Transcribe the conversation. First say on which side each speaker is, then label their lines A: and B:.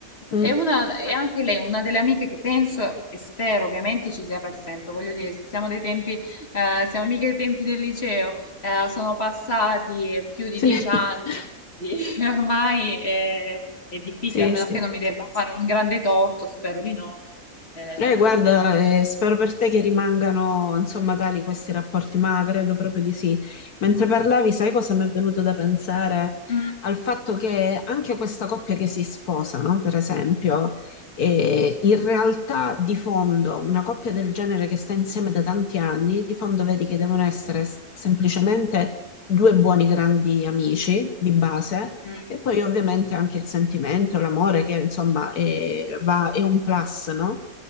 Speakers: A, on the left; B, on the left.
A: mm,
B: è una, è anche lei una delle amiche che penso e spero ovviamente ci sia per sempre. Voglio dire, se siamo dei tempi, eh, siamo mica dei tempi del liceo, eh, sono passati più di
A: sì,
B: dieci
A: <laughs>
B: anni, quindi <laughs> ormai è, è difficile,
A: sì,
B: almeno
A: sì.
B: che non mi debba fare un grande torto, spero di no. Eh,
A: Eh, guarda, eh, spero per te che rimangano, insomma, tali questi rapporti, ma credo proprio di sì. Mentre parlavi, sai cosa mi è venuto da pensare?
B: mm,
A: Al fatto che anche questa coppia che si sposa, no? Per esempio, eh, in realtà di fondo, una coppia del genere che sta insieme da tanti anni, di fondo vedi che devono essere s- semplicemente due buoni grandi amici di base.
B: mm.
A: E poi ovviamente anche il sentimento, l'amore che insomma è, va- è un plus, no?